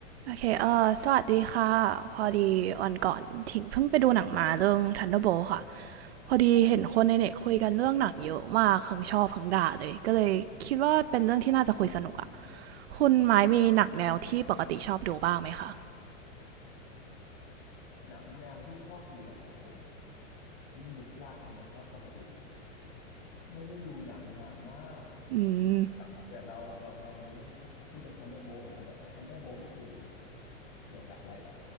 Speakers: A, on the right; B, on the left.
A: โอเคเออสวัสดีค่ะ พอดีวันก่อนถิงเพิ่งไปดูหนังมาเรื่อง Thunderbolt ค่ะ พอดีเห็นคนในเน็ตคุยกันเรื่องหนังเยอะมากทั้งชอบทั้งด่าเลย ก็เลยคิดว่าเป็นเรื่องที่น่าจะคุยสนุกอะคุณไม้มีหนังแนวที่ปกติชอบดูบ้างไหมคะ
B: หนังแนวที่ชอบดูแล้วโอ้โหนี่นึกยากเลยนะเพราะปกติไม่ได้ดูหนังนานมาก
A: อืม
B: แบบแต่เราเราลองดูเรื่องพูดเรื่อง Thunderbolt ก่อนก็ได้ไอ้ Thunderbolt นี่คือเกี่ยวกับอะไรเหรอ